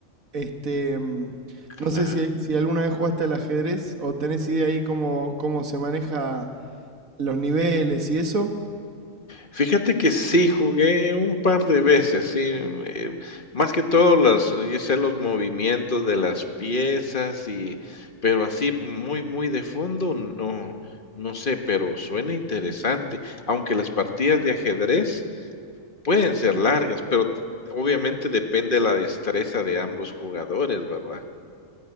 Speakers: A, on the right; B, on the left.
A: Este, mm,
B: claro.
A: no sé si, si alguna vez jugaste al ajedrez o tenés idea ahí cómo, cómo se maneja los niveles y eso.
B: Fíjate que sí, jugué un par de veces, sí, eh, más que todo las eh, yo sé los movimientos de las piezas y pero así muy, muy de fondo, no, no sé, pero suena interesante, aunque las partidas de ajedrez pueden ser largas, pero t- obviamente depende de la destreza de ambos jugadores, ¿verdad?